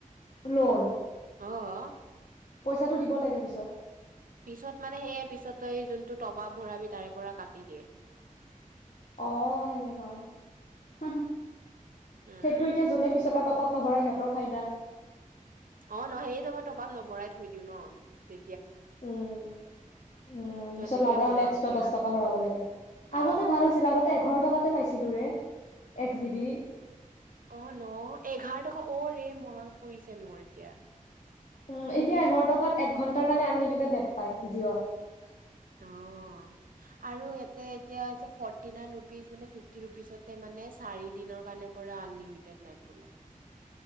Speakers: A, on the left; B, on the right.
A: লোন
B: অ',
A: পইচাটো দিব লাগে পিছত।
B: পিছত মানে সেয়ে পিছতেই যোনটো টপাব ভৰাবি তাৰে পৰা কাটি দিয়ে
A: আহ সেনেকুৱা হুহ হুহ
B: উম
A: সেইটো এতিয়া যোনে পিছত আ তত টপ নভৰাই সিহঁতৰ ফাইদা
B: অ ন হেৰি টাইমত যে মই টপ আপ নভৰাই থৈ দিওঁ ন যে
A: উম উম পিছত
B: যেতিয়া
A: লাগা
B: ভৰাও
A: হলে এক্সট্ৰা
B: তেতিয়া
A: দহ টকা ভৰাব লাগে আগতে
B: অ
A: ভাল আছিল আগতে এঘাৰো টকাতে পাইছিলোঁ ৰে এক জি বি
B: অ ন এঘাৰ টকা অ ৰে মনত পৰিছে মোৰ এতিয়া
A: উ এতিয়া এঘাৰ টকাত এক ঘণ্টাৰ কাৰণে আনলিমিটেড নেট পায় জিঅ'ত
B: অঁ আৰু ইয়াতে এতিয়া হৈছে ফৰ্টি নাইন ৰুপিজ মানে ফিফটি ৰুপিচতে মানে চাৰিদিনৰ কাৰণে পৰা আনলিমিটেড নেট বোলে